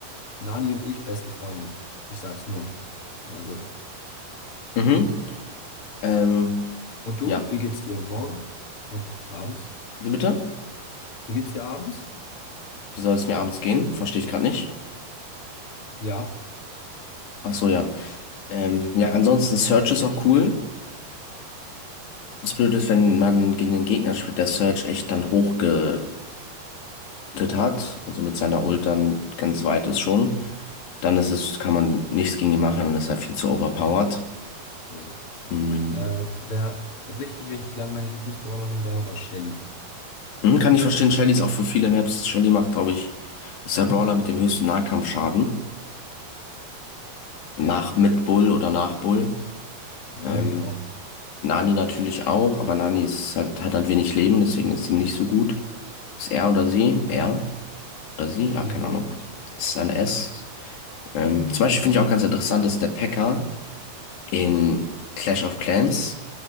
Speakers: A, on the left (about 40°); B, on the left (about 80°).
A: Nani und ich beste Freunde. Ich sag's nur. Mal so.
B: Mhm. Ähm,
A: Und du,
B: ja.
A: wie geht's dir morgen und abends?
B: Wie bitte?
A: Wie geht's dir abends?
B: Wie soll es mir abends gehen? Verstehe ich gerade nicht.
A: Ja.
B: Ach so, ja. Ähm, ja, ansonsten Search ist auch cool. Das Blöde ist, wenn man gegen den Gegner spielt, der Surge echt dann hochgeultet hat, also mit seiner Ult dann ganz weit ist schon, dann ist es, kann man nichts gegen ihn machen dann ist er viel zu overpowered.
A: Ja.
B: Mhm.
A: Äh, wer richtig, richtig lang meine Lieblingsbrawlerin war, war Shelly.
B: Mhm, kann ich verstehen, Shelly ist auch für viele Maps. Shelly macht, glaube ich, ist der Brawler mit dem höchsten Nahkampfschaden. Nach
A: Ja.
B: mit Bull oder nach Bull.
A: Nani
B: Ähm,
A: auch.
B: Nani natürlich auch, aber Nani ist halt, hat halt wenig Leben, deswegen ist sie nicht so gut. Ist er oder sie? Er oder sie? Ja,
A: Die
B: keine
A: glaube
B: Ahnung.
A: ich.
B: Ist ein S. Ähm, zum Beispiel finde ich auch ganz interessant, dass der Pekka in Clash of Clans,